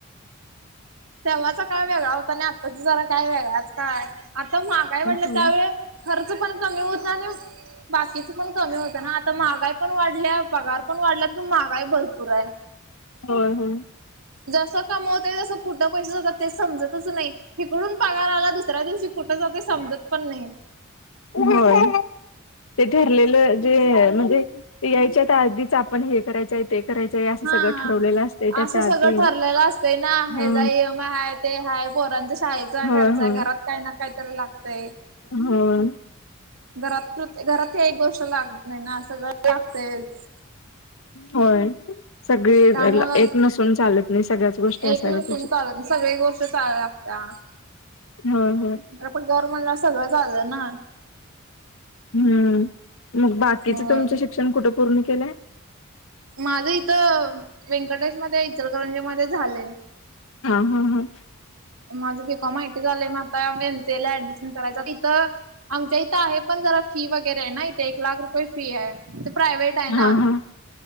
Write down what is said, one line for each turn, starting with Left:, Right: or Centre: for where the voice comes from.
Right: तेव्हाचा काळ वेगळा होता आणि आताचा जरा काय वेगळाच काळ. आता महागाई वाढल्या
Left: हो
Right: त्यावेळी खर्च पण कमी होत आणि बाकीच पण कमी होतं ना. आता महागाई पण वाढल्या पगार पण वाढल्यात पण महागाई भरपूर हाय.
Left: होय होय.
Right: जसं कमवत तस कुठं पैसे जातात समजतच नाही हिकडून पगार आला दुसऱ्या दिवशी कुठं जातय समजत पण नाही.
Left: होय. ते ठरलेलं जे म्हणजे यायच्या तर आधीच आपण हे करायचं आहे ते करायचंय असं
Right: हा.
Left: सगळं ठरवलेलं असते त्याच्या
Right: असं सगळं
Left: आधी
Right: ठरलेलं असतंय ना ह्याचा
Left: हा
Right: इमय हाय ते हाय. पोरांच्या शाळेचा
Left: होय
Right: खरचा,
Left: होय
Right: घरात काही ना काय तरी लागतय.
Left: होय.
Right: घरात घरात एक गोष्ट लागत नाही ना असं सगळं लागतयच.
Left: होय. सगळी
Right: त्यामुळं
Left: एक नसून चालत नाही सगळ्याच गोष्टी असायला
Right: एक नसून
Left: पाहिजेत.
Right: चालत नाही सगळी गोष्ट चालाय लागत्या
Left: हं हं.
Right: घर म्हंटल्यावर सगळंच आल ना.
Left: हम्म. मग बाकीचं
Right: होय.
Left: तुमच शिक्षण कुठे पूर्ण केलाय?
Right: माझ इथं व्यंकटेश मध्ये इचलकरंजी मध्ये झालय.
Left: हा हा हा.
Right: माझं बीकॉम आयटी झालंय म आता एमसीला ऍडमिशन करायचं तिथं आमच्या इथं आहे पण जरा फी वगैरे आहे ना इथे एक लाख रुपये फी हाय. ते प्रायव्हेट आहे ना
Left: हा हा